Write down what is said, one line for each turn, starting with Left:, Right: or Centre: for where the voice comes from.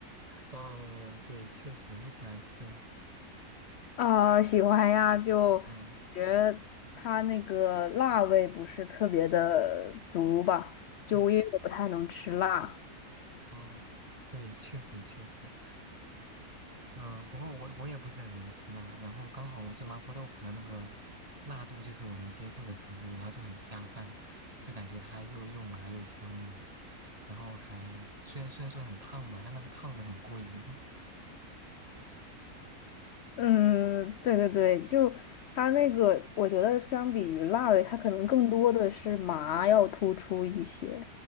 Right: 哦，对，确实，你喜欢吃吗？
Left: 啊，喜欢呀，就觉得它那个辣味不是特别的足吧，
Right: 嗯
Left: 就因为我不太能吃辣，
Right: 嗯，哦，对，确实确实，嗯、不过我我也不是很能吃辣，然后刚好就麻婆豆腐的那个辣度就是我能接受的程度，然后就很下饭，就感觉它又又麻又香的，然后还虽然虽然说很烫吧，但那个烫的很过瘾。<laughs>
Left: 嗯，对对对，就它那个，我觉得相比于辣味，它可能更多的是麻要突出一些，